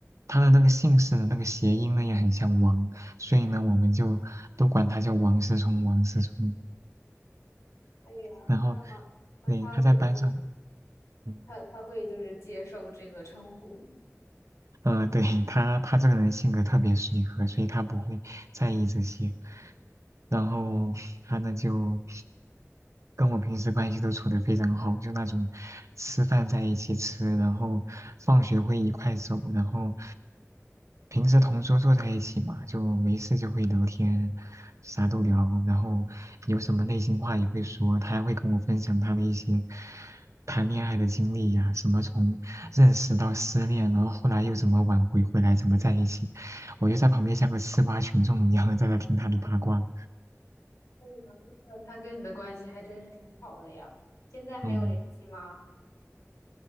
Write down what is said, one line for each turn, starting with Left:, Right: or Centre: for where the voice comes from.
Right: 他的那个姓氏的那个谐音呢也很像王，所以呢我们就都管他叫王思聪，王思聪。
Left: 哎呀，
Right: 然后，
Left: 那那他就是
Right: 对，他在班上。嗯
Left: 他他会就是接受这个称呼吗？
Right: 嗯、呃对，他他这个人性格特别随和，所以他不会在意这些。然后他呢就跟我平时关系都处得非常好，就那种吃饭在一起吃，然后放学会一块走，然后平时同桌坐在一起嘛，就没事就会聊天，啥都聊，然后有什么内心话也会说，他还会跟我分享他的一些谈恋爱的经历呀、什么从认识到失恋，然后后来又怎么挽回回来，怎么在一起，我就在旁边像个吃瓜群众一样在那听他的八卦。
Left: 哦那他跟你的关系还真是挺好的呀。现在还有联系吗？
Right: 嗯，